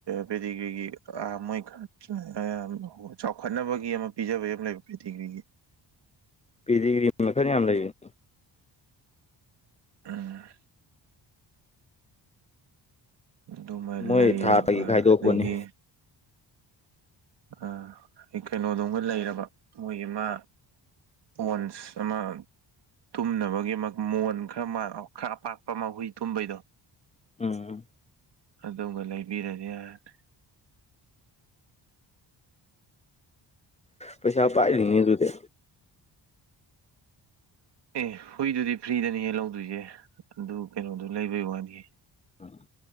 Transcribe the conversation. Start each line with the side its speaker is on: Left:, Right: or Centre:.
Right: ꯄꯦꯗꯤꯒ꯭ꯔꯤꯒꯤ ꯑ ꯃꯣꯏ ꯈꯔ ꯆꯥ ꯆꯥꯎꯈꯠꯅꯕꯒꯤ ꯑꯃ ꯄꯤꯖꯕꯩ ꯑꯃ ꯂꯩꯕ ꯄꯤꯗꯤꯒ꯭ꯔꯤꯒꯤ
Left: ꯄꯤꯗꯤꯒ꯭ꯔꯤ ꯃꯈꯜ ꯌꯥꯝ ꯂꯩꯕꯅꯤ
Right: ꯎꯝ ꯑꯗꯨꯃ
Left: ꯃꯣꯏ
Right: ꯂꯩꯔꯕ
Left: ꯊꯥ ꯊꯥꯒꯤ ꯈꯥꯏꯗꯣꯛꯄꯅꯤ
Right: ꯑꯗꯒꯤ ꯑ ꯑꯩ ꯀꯩꯅꯣꯗꯣꯝꯒ ꯂꯩꯔꯕ ꯃꯣꯏꯒꯤ ꯑꯃ ꯋꯟꯁ ꯑꯃ ꯇꯨꯝꯅꯕꯒꯤ ꯑꯃ ꯃꯣꯟ ꯈꯔ ꯃꯥꯟ ꯈꯔ ꯑꯄꯥꯛꯄ ꯑꯃ ꯍꯨꯏ ꯇꯨꯝꯕꯩꯗꯣ
Left: ꯎꯝ
Right: ꯑꯗꯨꯝꯒ ꯂꯩꯕꯤꯔꯗꯤ ꯌꯥꯔꯅꯤ
Left: ꯄꯩꯁꯥ ꯄꯥꯏꯔꯤꯅꯦ ꯑꯗꯨꯨꯗꯤ
Right: ꯑꯦ ꯍꯨꯏꯗꯨꯗꯤ ꯐ꯭ꯔꯤꯗꯅꯤꯍꯦ ꯂꯧꯗꯣꯏꯖꯦ ꯑꯗꯨ ꯀꯩꯅꯣꯗꯨ ꯂꯩꯕꯩ ꯋꯥꯅꯤꯍꯦ
Left: ꯎꯝ